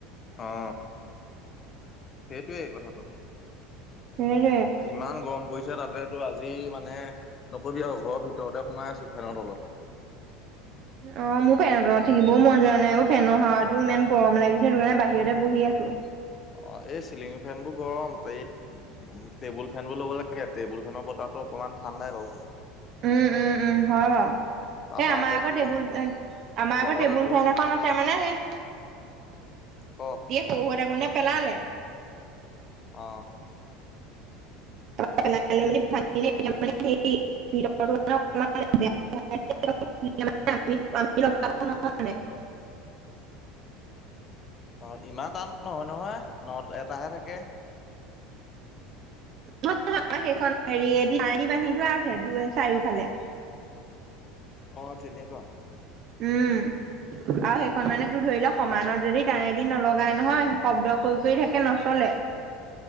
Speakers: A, on the left (about 30°); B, on the right (about 45°).
A: অ সেইটোৱেই কথাটো।
B: এ
A: ইমান গৰম পৰিছে তাত তাতেতো আজি মানে নকবি আৰু ঘৰৰ ভিতৰতে সোমাই আছো ফেনৰ তলত!
B: অ' মোৰ ফেনৰ তলত থাকিবও মন যোৱা নাই অ', ফেনৰ হাৱাটো ইমান গৰম লাগিছে সেইটো কাৰণে বাহিৰতে বহি আছো।
A: অ' এই চিলিং ফেন বোৰ গৰম এই উম, টেবুল ফেনো ল'ব লাগে। টেবুল ফেনৰ বতাহো অকনমান ঠাণ্ডাই বাৰু
B: উম উম উম হয় বাৰু।
A: তাৰপা
B: সেই আমাৰ আকৌ
A: তোৰ
B: টেবুলে আমাৰ আগৰ
A: লগতেতো
B: টেবুল ফেন এখন আছে মানে সেই
A: ক!
B: এই সৰু হয় থাকোতে পেলালে
A: অঁ।
B: সেই <inaudible>
A: অ', ইমান টান নহয় নহয়, ন-এটাহে থাকে।
B: মাৰ সেইখন হেৰি দি, তাৰে দি বান্ধি থোৱা আছে দুই-চাৰিওফালে।
A: অ', তেনেকুৱা।
B: উম, আৰু সেইখন মানে তোৰ ধৰি ল সমানত যদি তাৰে দি নলগাই নহয়, শব্দ কৰি কৰি থাকে, নচলে।